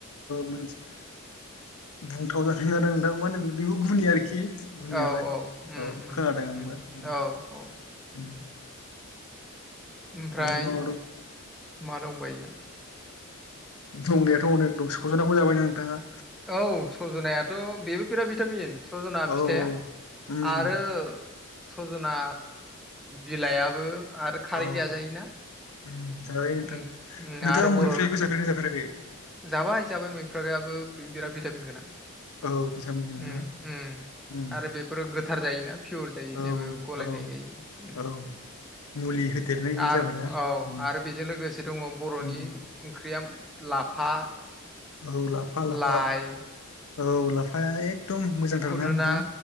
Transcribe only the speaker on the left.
मोनसे बुंथाव जादों नोंथां मा होनोम बेबो गुनि आरोखि गुनियालाय
औ
खोनादों आंबो
उम
आरो मा मा
दंनायाथ अनेक दं सरज'नाखौ जाबायना नोंथाङा
औ
औ उम
औ
उम जाजायो नोंथां
नोंथाङा
मैफ्रायबो
जाफेरबायना जाफेराखै
औ भिटामिन गोनांना
उम
औ
औ
औ मुलि होदेरनाय गैयि
जाबायना
उम
उम
औ लाफा
लाफा औ ला फाया एखदम मोजांथार
ना नोंथां?